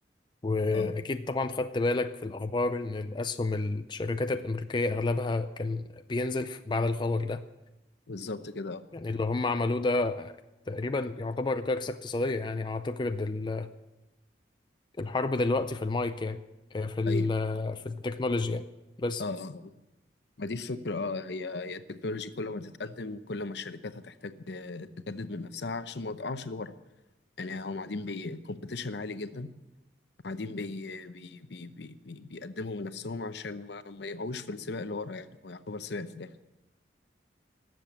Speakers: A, on the left; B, on the left.
A: واكيد
B: اه
A: طبعا خدت بالك في الاخبار ان الاسهم الشركات الامريكيه اغلبها كان بينزل بعد الخبر ده
B: بالظبط كده اه
A: يعني اللي هم عملوه ده تقريبا يعتبر كارثة اقتصادية يعني أعتقد ال- الحرب دلوقتي في المايك يعني آه، في ال-
B: أيوه
A: في التكنولوجيا يعني. بس
B: اه آه. ما دي الفكرة اه هي هي التكنولوجي كل ما تتقدم كل ما الشركات هتحتاج آه، تجدد من نفسها عشان ما تقعش لورا يعني هم قاعدين بي الكومبيتيشن عالي جدا قاعدين بي بي بي بي بي بيقدموا من نفسهم عشان ما, ما يقعوش في السباق اللي ورا يعني هو يعتبر سباق في الآخر